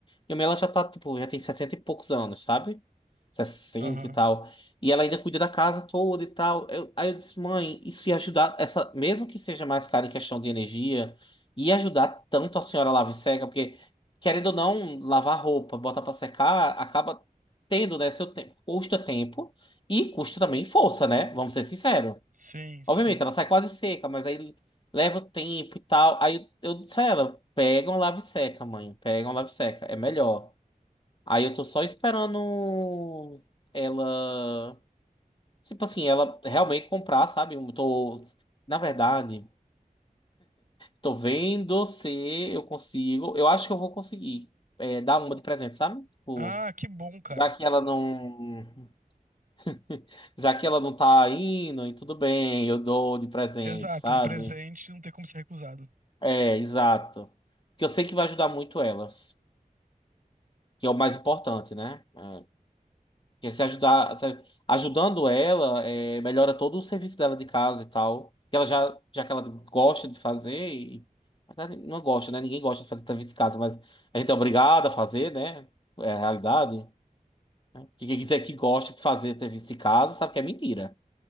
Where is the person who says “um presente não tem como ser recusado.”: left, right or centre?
Right